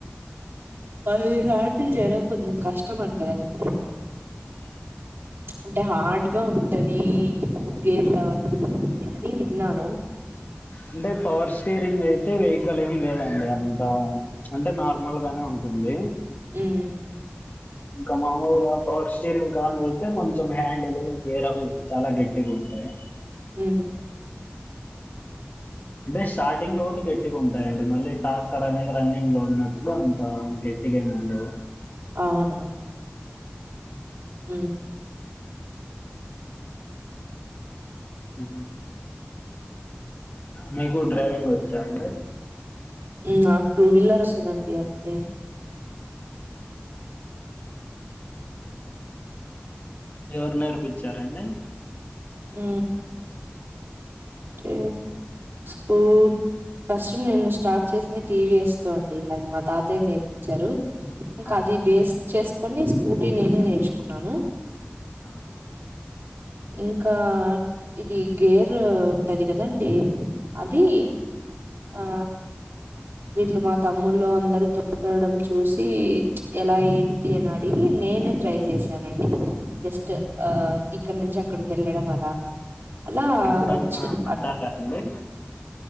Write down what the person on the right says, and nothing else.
అది హ్యాండిల్ చేయడం కొంచెం కష్టం అంట కదండి అంటే హార్డ్గా ఉన్ టది గేర్లు అవన్నీ అని విన్నాను
హ్మ్.
ఊ
అవునా
ఉ
ఉ నాక్ టూ వీలర్ వస్తదండి అంతే
ఊ టే స్కూ ఫస్ట్ నేను స్టార్ట్ చేసింది టీవీఎస్ తో అండి అది మా తాతయ్య నేర్పిచ్చారు ఇంకా
అది బేస్ చేసుకొని స్కూటీ నేనే నేర్చుకున్నాను
ఇంకా ఇది గేర్ ఉంటది అది కదండి అది
ఆ వీళ్ళు మా తమ్ములు అందరూ తో తోలడం చూసి ఎలా ఏం తీయన్వడిగి నేనే ట్రై చేశానండి జస్ట్ ఆ ఇక్కడ నుంచి అక్కడికి ఎళ్ళడం అలా అలా
వచ్చిన్